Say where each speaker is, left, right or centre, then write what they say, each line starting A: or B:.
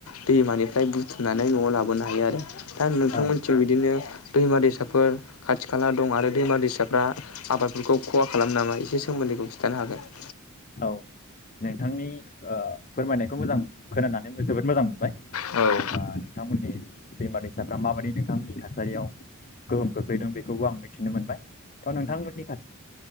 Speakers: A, on the left; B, on the left.
A: दैमानिफ्राय बुथुमनानै न'आव लाबोनो हायो आरो दा नोंथांमोनथिं
B: औ
A: बिदिनो दैमा दैसाफोर खाथि खाला दं आरो दैमा दैसाफ्रा आबादफोरखौ खहा खालामो नामा एसे सोमोन्दैखौ खिथानो हागोन।
B: औ नोंथांनि ओ फोरमायनायखौ मोजां खोनानानै जोबोद मोजां मोनबाय
A: हागोन
B: ओ नोंथांमोननि दैमा दैसाफ्रा माबायदि नोंथांमोननि थासारियाव गोहोम खोख्लैदों बेखौबो आं मिथिनो मोनबाय थ' नोंथांमोननि